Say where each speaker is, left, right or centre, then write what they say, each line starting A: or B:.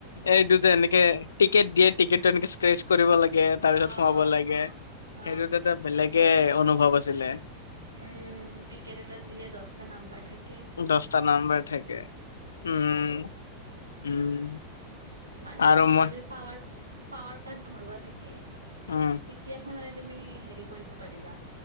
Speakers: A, on the left; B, on the right.
A: এইটো যে এনেকে টি টিকেট দিয়ে টিকেটটো এনেকে স্ক্ৰেচ কৰিব লাগে, তাৰপিছত
B: অ
A: সোমাব
B: অ
A: লাগে,
B: অ অ
A: সেইটো <unintelligible> বেলেগে অনুভৱ আছিলে।
B: উম, টিকেট এটা দিয়ে দচটা নাম্বাৰ থাক
A: দছটা নম্বৰ থাকে উম,
B: মাৰিবলে
A: উম।
B: মানে
A: আৰু
B: তোমাৰ
A: মই
B: যদি পাৱাৰ পাৱাৰ কাট ভৰোৱা থাকে।
A: উম।
B: তেতিয়াহে মানে তুমি হেৰি কৰিব পাৰিবা,